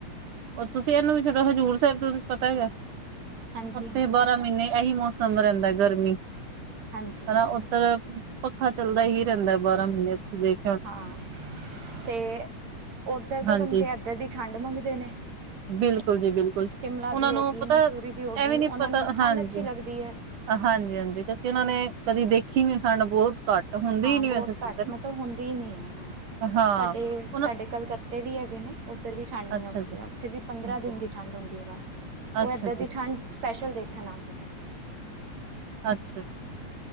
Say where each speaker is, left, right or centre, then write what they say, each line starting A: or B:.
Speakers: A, on the right; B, on the right.
A: ਓ ਤੁਸੀਂ ਇਹਨੂੰ ਵੀ ਛਡੋ, ਹਜ਼ੂਰ ਸੈਬ ਥੋਨੂੰ ਪਤਾ ਗਾ।
B: ਹਾਂਜੀ
A: ਉੱਥੇ
B: ਹਾਂਜੀ
A: ਬਾਰਾਂ
B: ਪਤਾ
A: ਮਹੀਨੇ ਏਹੀ ਮੌਸਮ ਰੈਂਦਾ ਗਰਮੀ,
B: ਹਾਂਜੀ
A: ਹਨਾ
B: ਹਾਂਜੀ
A: ਉੱਧਰ ਪੱਖਾ ਚੱਲਦਾ ਹੀ ਰਹਿੰਦਾ ਬਾਰਾਂ ਮਹੀਨੇ ਇੱਥੇ, ਦੇਖ।
B: ਹਾਂ ਤੇ ਓਧਰ ਦੇ
A: ਹਾਂਜੀ
B: ਬੰਦੇ ਏਧਰ ਦੀ ਠੰਡ ਮੰਗਦੇ ਨੇ।
A: ਬਿਲਕੁਲ ਜੀ ਬਿਲਕੁਲ
B: ਸ਼ਿਮਲਾ ਦੀ
A: ਓਨਾਂ
B: ਹੋ
A: ਨੂੰ
B: ਗਈ,
A: ਪਤਾ
B: ਮਨਸੂਰੀ ਦੀ ਹੋ ਗਈ,
A: ਐਵੇਂ ਨੀ
B: ਉਹਨਾਂ
A: ਪਤਾ।
B: ਨੂੰ ਠੰਡ
A: ਹਾਂਜੀ
B: ਅੱਛੀ ਲੱਗਦੀ ਹੈ।
A: ਹਾਂਜੀ ਹਾਂਜੀ ਕਿਉਂਕਿ ਓਨਾਂ ਨੇ ਕਦੀ ਦੇਖੀ ਨੀ ਠੰਡ। ਬਹੁਤ ਘੱਟ- ਹੁੰਦੀ
B: ਹਾਂ
A: ਹੀ ਨੀ
B: ਬੋਤ
A: ਵੈਸੇ
B: ਘੱਟ
A: ਇੱਧਰ
B: ਮਤਲਬ ਹੁੰਦੀ ਨੀ ਐ ਹਾਂ।
A: ਹਾਂ
B: ਸਾਡੇ
A: ਹੁਣ
B: ਸਾਡੇ ਕਲਕੱਤੇ ਵੀ ਐਗੇ ਨੇ। ਓਧਰ ਵੀ ਠੰਡ ਨੀ
A: ਅੱਛਾ
B: ਹੁੰਦੀ
A: ਜੀ
B: ਆ। ਓਥੇ ਵੀ ਪੰਦਰਾਂ
A: ਜੀ,
B: ਦਿਨ ਦੀ ਠੰਡ ਹੁੰਦੀ ਐ ਬਸ। ਓ
A: ਅੱਛਾ
B: ਏਧਰ
A: ਜੀ
B: ਦੀ ਠੰਡ- ਐਂਜ ਸਪੈਸ਼ਲ ਦੇਖਣ ਆਂਦੇ ਨੇ।
A: ਅੱਛਾ ਅੱਛਾ ਅ-